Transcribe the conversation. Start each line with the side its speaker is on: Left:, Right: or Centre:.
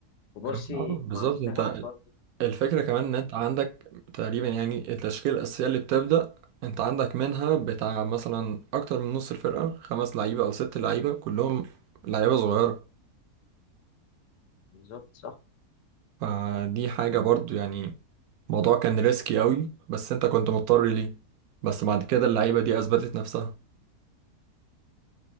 Left: كوبارسي
Right: كمان اه
Left: مع
Right: بالظبط
Left: منتخب
Right: انت
Left: برضه
Right: الفكرة كمان ان انت عندك تقريبا يعني التشكيلة الأساسية اللي بتبدأ انت عندك منها بتاع مثلا أكتر من نص الفرقة خمس لعيبة أو ست لعيبة كلهم لعيبة صغيرة
Left: بالظبط صح
Right: فدي حاجة برضو يعني الموضوع كان ريسكي قوي بس انت كنت مضطر ليه بس بعد كده اللعيبة دي أثبتت نفسها